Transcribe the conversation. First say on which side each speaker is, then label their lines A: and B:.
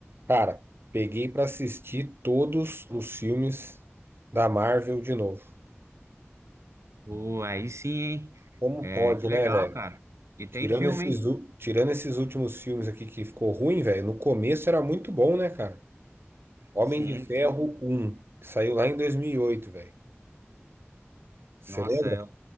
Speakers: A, on the right; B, on the right.
A: Cara, peguei pra assistir todos os filmes da Marvel de novo.
B: Pô, aí sim, hein?
A: Como
B: É,
A: pode,
B: que
A: né,
B: legal,
A: velho?
B: cara. E tem
A: Tirando
B: filme,
A: esses,
B: hein?
A: u- tirando esses últimos filmes aqui que ficou ruim, velho. No começo era muito bom, né, cara? Homem
B: Sim.
A: de Ferro
B: sim.
A: um, que saiu lá em 2008, velho. Você
B: Nossa,
A: lembra?
B: eu